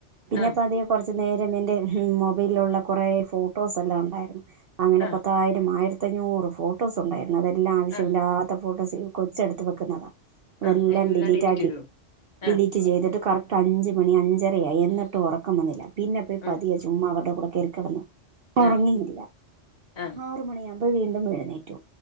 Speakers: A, on the right; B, on the left.
A: പിന്നെപ്പം
B: ആഹ്
A: അധിക കൊർ ച് നേരം എന്റെ മൊബൈലിലുള്ള കുറെ ഫോട്ടോസ് എല്ലാം ഒണ്ടായിരുന്നു അങ്ങനെ
B: ആഹ്
A: പത്തായിരം ആയിര് പത്തഞ്ഞൂറ് ഫോട്ടോസ് ഒണ്ടായിരുന്നു അതെല്ലാം ആവശ്യമ
B: ആഹ്
A: ഇില്ലാത്ത ഫോട്ടോസ് കൊച്ചെടുത്ത് വെക്കുന്നതാണ് വെല്ലാം
B: ആഹ് എല്ലാം
A: ഡിലീറ്റ് ആക്കി
B: ചെയ്തു
A: ഡിലീറ്റ്
B: ആഹ്
A: ചെയ്തിട്ട് കറ റ്റഞ്ചു മണി അഞ്ചരയയി എന്നിട്ട് ഒറക്കം വന്നില്ല പിന്നെ പൊയി പതിയ
B: ഉം
A: ചുമ്മ അവരുടെ കടെ കയറി കെടന്നു ഒറങ്ങിയില്ല
B: ആഹ് ആഹ്
A: ആറ് മണി ആമ്പോ വീണ്ടും എഴുന്നേറ്റു